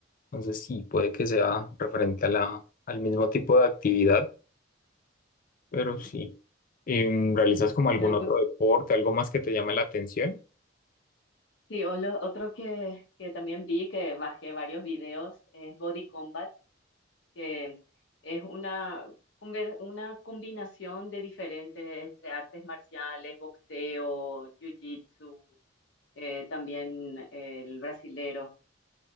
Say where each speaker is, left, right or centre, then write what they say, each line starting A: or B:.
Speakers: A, on the left (about 45°); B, on the left (about 65°).
A: Entonces sí, puede que sea referente a la, al mismo tipo de actividad, pero
B: ujú.
A: sí. Em, ¿Realizas como algún
B: Y algo,
A: otro deporte, algo más que te llame la atención?
B: sí, o lo- otro que, que también vi, que bajé varios videos, es Body Combat, que es una, combe- una combinación de diferentes entre artes marciales, boxeo, jiu-jitsu, eh, también el brasilero.